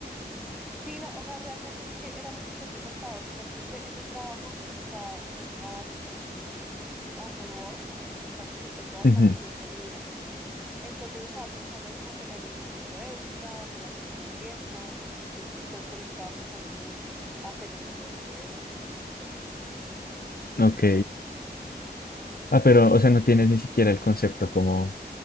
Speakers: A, in the centre; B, on the left.
A: Sí, no, o sea, realmente es que era lo que yo te contaba ahorita, como que en mi trabajo está, estoy como underwork, o sea, como que tengo bastante
B: Ujú,
A: tiempo libre. Entonces estaba pensando como tener un ingreso extra, hacer algo con el tiempo, ¿sí? Entonces por eso estaba pensando como en hacer un negocio extra.
B: Ok. Ah, pero, o sea, no tienes ni siquiera el concepto como